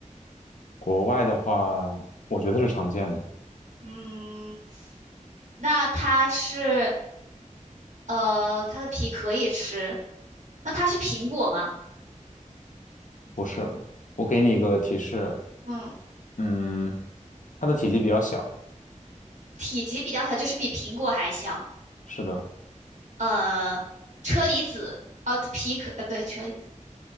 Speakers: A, on the left (about 75°); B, on the right (about 65°).
A: 国外的话，我觉得是常见的。
B: 嗯，那它是呃，它的皮可以吃，那它是苹果吗？
A: 不是，我给你一个提示，
B: 嗯。
A: 嗯。它的体积比较小，
B: 体积比较小，就是比苹果还小。
A: 是的，
B: 呃，车厘子，哦，皮可，呃，对，车厘子，